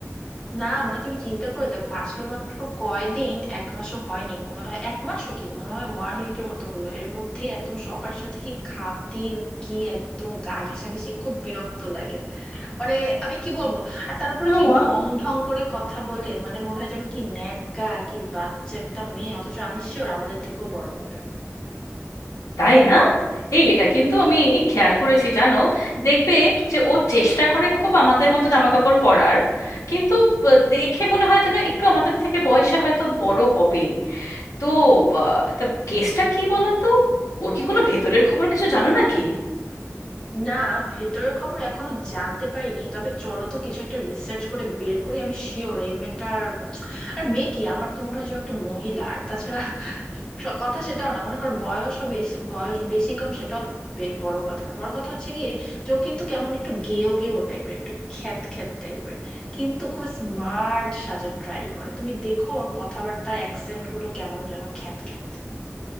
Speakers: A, on the left (about 15°); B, on the left (about 85°).
A: না মানে তুমি চিন্তা করে দেখো আসলে মাত্র কয়দিন এক মাসও হয়নি মনে হয় এক মাসও কি মনে হয় ওয়ান উইকের মতো হলো এর মধ্যে একদম সবার সাথে কি খাতির কি একদম গা ঘেঁষাঘেঁষি খুব বিরক্ত লাগে মানে আমি কি বলবো আর তার উপরে কি
B: মা
A: ঢং ঢং করে কথা বলে মানে মনে হয় যেন কি ন্যাকা কি বাচ্চা একটা মেয়ে অথচ আমি শিওর আমাদের থেকেও বড় হবে
B: তাই না এই এটা কিন্তু আমি খেয়াল করেছি জানো দেখবে যে ও চেষ্টা করে খুব আমাদের মতো জামাকাপড় পরার কিন্তু ব- দেখে মনে হয় যেন একটু আমাদের থেকে বয়সে হয়তো বড় হবে তো বা- তা গেসটা কি বলো তো ওর কি কোনো ভেতরের খবর কিছু জানো নাকি
A: না ভেতরের খবর এখনো জানতে পারিনি তবে চলো তো কিছু একটা রিসার্চ করে বের করি আমি শিওর এই মেয়েটার আর মেয়ে কি আমার তো মনে হয় যে ও একটা মহিলা আর তাছাড়া স- কথা সেটাও না মনে করো বয়সও বেশি বয়স বেশি কম সেটাও বে- বড় কথা না বড় কথা হচ্ছে গিয়ে যে ও কিন্তু কেমন একটু গেও গেও টাইপের একটু খ্যাত খ্যাত টাইপের কিন্তু খুব স্মার্ট সাজার ট্রাই করে তুমি দেখো ওর কথাবার্তার অ্যাকসেন্ট গুলো কেমন যেন খ্যাত খ্যাত